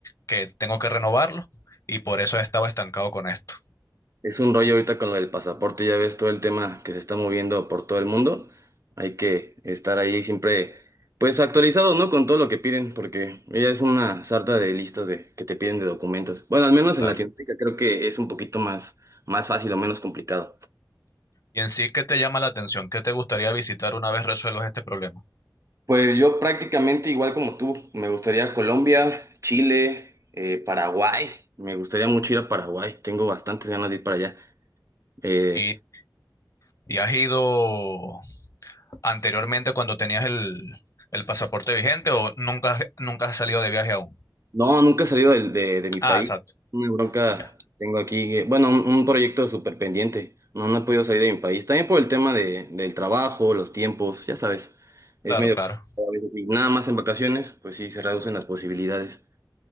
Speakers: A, on the left; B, on the right.
A: que tengo que renovarlo y por eso he estado estancado con esto.
B: Es un rollo ahorita con lo del pasaporte, ya ves todo el tema que se está moviendo por todo el mundo. Hay que estar ahí siempre, pues actualizado, ¿no? Con todo lo que piden, porque ya es una sarta de listas de, que te piden de documentos. Bueno, al menos en
A: Claro.
B: Latinoamérica creo que es un poquito más, más fácil o menos complicado.
A: Y en sí, ¿qué te llama la atención? ¿Qué te gustaría visitar una vez resuelvas este problema?
B: Pues yo prácticamente igual como tú, me gustaría Colombia, Chile, eh, Paraguay. Me gustaría mucho ir a Paraguay. Tengo bastantes ganas de ir para allá. Eh,
A: ¿Y, y has ido anteriormente cuando tenías el, el pasaporte vigente o nunca, has- nunca has salido de viaje aún?
B: no, nunca he salido del- de, de mi país.
A: Ah, exacto.
B: Una bronca
A: Ya.
B: tengo aquí. eh, bueno, un, un proyecto súper pendiente. No, no he podido salir de mi país. También por el tema de, del trabajo, los tiempos, ya sabes. Es
A: Claro,
B: medio...
A: claro.
B: a veces, y Nada más en vacaciones, pues sí, se reducen las posibilidades.